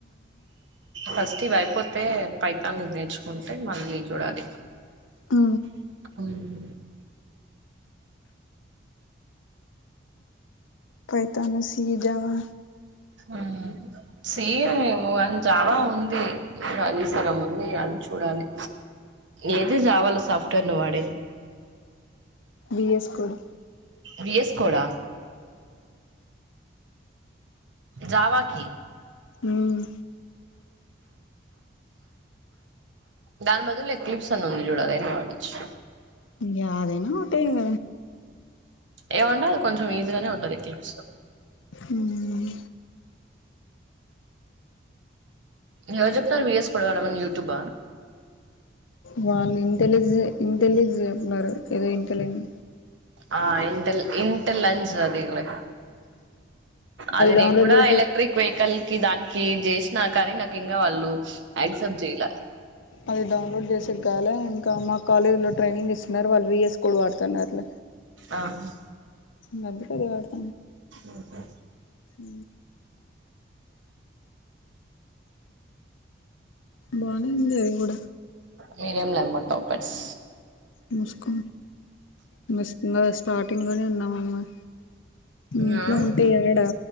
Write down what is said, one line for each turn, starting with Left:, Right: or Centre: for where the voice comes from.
Right: ఫస్ట్ ఇది అయిపోతే పైతాన్ నేర్చుకుంటే మళ్ళీ చూడాలి
Left: ఆ
Right: ఉమ్
Left: పైతాన్ సీ జావా
Right: ఉ సిమ్మో అని జావ ఉంది అది సగం ఉంది అది చూడాలి ఏది జవాలో సాఫ్ట్వేర్ నువ్వు వాడేది
Left: విఎస్ కోడ్
Right: విఎస్ కోడ్ ఆ జవాకి
Left: మ్
Right: దాని బదులు ఎక్ క్లిప్స్ అది ఉంది చూడు ఏదైనా వాడొచ్చు
Left: యాదేనా ఒకటె ఇంగ
Right: ఏముండదు అది కొంచెం ఈజీగానే ఉంటది క్లిప్స్
Left: ఉమ్
Right: ఎవరు చెప్పినారు వి ఎస్ కోడ్ వాడమని యూటూబ్ ఆ
Left: వాళ్ళు ఇంటెలిజె ఇంటెలిజెన్ చెప్న్నారు ఏదో ఇంతలెంట్
Right: ఆ ఇంటల్ ఇంట లంచ్ అదిగో అది నేన్
Left: డౌన్లోడ్
Right: కూడా
Left: చేసే
Right: ఎలక్ట్రిక్ వెహికల్ కి దానికీ చేసినా కానీ నాకు ఇంకా వాళ్ళు యాక్సప్ట్ చేయల
Left: అది డౌన్లోడ్ చేసేగాలా ఇంక మా కాలేజ్ లో ట్రైనింగ్ ఇస్సున్నారు వాళ్ళు వియోస్ కోడ్ వాడుతున్నారు
Right: ఆహా
Left: మంది కదే వాడత
Right: ఊహు
Left: ఊ బానే ఉంది అది కూడ
Right: మీరేలేమ్మ టాపర్స్
Left: మూసుకో ఇంగ ఇంగా స్టార్టింగ్ లోనే ఉన్నాం అమ్మ ఇంట్లో
Right: ఆ
Left: ఉంటే ఎగడా